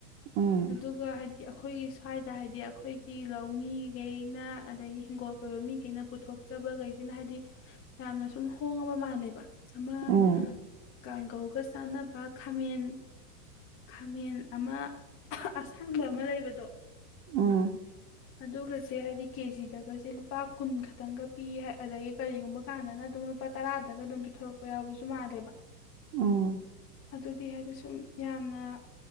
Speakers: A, on the right (about 40°); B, on the left (about 30°).
A: ꯎꯝ
B: ꯑꯗꯨꯒ ꯍꯥꯏꯗꯤ ꯑꯩꯈꯣꯏꯒꯤ ꯁ꯭ꯋꯥꯏꯗ ꯍꯥꯏꯗꯤ ꯑꯩꯈꯣꯏꯒꯤ ꯂꯧꯃꯤꯈꯩꯅ ꯑꯗꯒꯤ ꯍꯤꯡꯒꯣꯜ ꯀꯣꯏꯕ ꯃꯤꯈꯩꯅ ꯄꯨꯊꯣꯛꯆꯕꯈꯩꯁꯤꯅ ꯍꯥꯏꯗꯤ ꯌꯥꯝꯅ ꯁꯨꯝ ꯍꯣꯡꯉꯕ ꯃꯥꯜꯂꯦꯕ ꯑꯃꯃ
A: ꯎꯝ
B: ꯀꯥꯡꯒꯧꯒ ꯁꯥꯟꯅꯕ ꯈꯥꯃꯦꯟ ꯈꯥꯃꯦꯟ ꯑꯃ ꯑꯁꯥꯡꯕ ꯑꯃ ꯂꯩꯕꯗꯣ
A: ꯎꯝ
B: ꯑꯗꯨꯒꯁꯦ ꯍꯥꯏꯗꯤ ꯀꯦꯖꯤꯗꯒꯁꯦ ꯂꯨꯄꯥ ꯀꯨꯟ ꯈꯛꯇꯪꯒ ꯄꯤ ꯑꯗꯒꯤ ꯀꯔꯤꯒꯨꯝꯕ ꯀꯥꯟꯗꯅ ꯑꯗꯨꯝ ꯂꯨꯄꯥ ꯇꯔꯥꯗꯒ ꯑꯗꯨꯝ ꯄꯤꯊꯣꯔꯛꯄ ꯌꯥꯎꯕꯁꯨ ꯃꯥꯜꯂꯦꯕ
A: ꯎꯝ
B: ꯑꯗꯨꯗꯤ ꯍꯥꯏꯗꯤ ꯁꯨꯝ ꯌꯥꯝꯅ